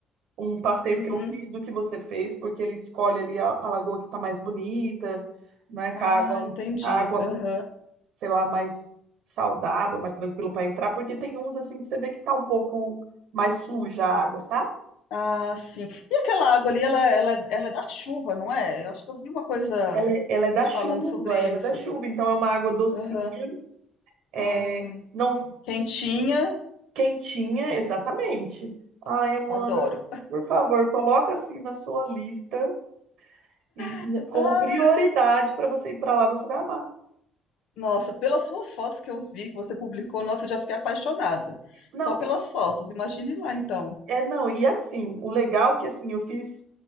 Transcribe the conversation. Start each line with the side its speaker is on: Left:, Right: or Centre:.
Right: um passeio
Left: Uhum.
Right: que eu fiz do que você fez, porque ele escolhe ali a, a lagoa que está mais bonita, né, com
Left: Ah,
Right: a água,
Left: entendi.
Right: a água,
Left: Aham.
Right: sei lá, mais saudável, mais tranquilo para entrar, porque tem uns assim que você vê que tá um pouco mais suja a água, sabe?
Left: Ah, sim. E aquela água ali, ela, ela, ela é da chuva, não é? Eu acho que eu vi uma coisa
Right: Ela, é- ela é da chuva,
Left: falando sobre
Right: ela
Left: isso.
Right: é da chuva, então é uma água docinha,
Left: Aham.
Right: é,
Left: Ai.
Right: não
Left: Quentinha,
Right: quentinha, exatamente. Ai, Amanda,
Left: adoro.
Right: por favor, coloca assim na sua lista e
Left: <laughs>
Right: como prioridade
Left: Ai,
Right: para você ir para lá, você vai amar.
Left: nossa, pelas suas fotos que eu vi, que você publicou, nossa, eu já fiquei apaixonada.
Right: Não,
Left: Só pelas fotos. Imagine lá, então.
Right: É, não, e assim, o legal é que assim, eu fiz